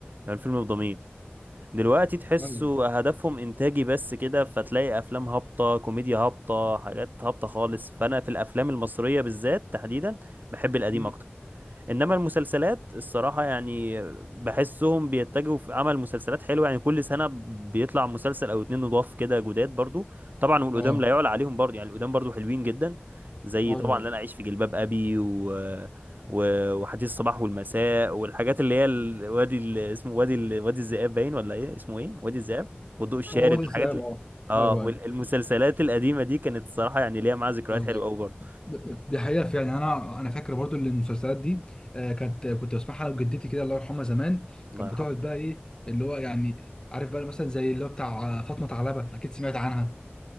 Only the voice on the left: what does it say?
ايوه
أمم.
اه
ايوه
ايوه
اه وادي الدجال
اه
ايوه
ايوه
ايوه
دي حقيقة فعلا أنا أنا فاكر برضو إن المسلسلات دي آه، كانت كنت بسمعها وجدتي كده الله يرحمها زمان
كانت
بتقعد بقى إيه اللي هو يعني عارف بقى مثلا زي اللي هو بتاع آه، فاطمة علبة أكيد سمعت عنها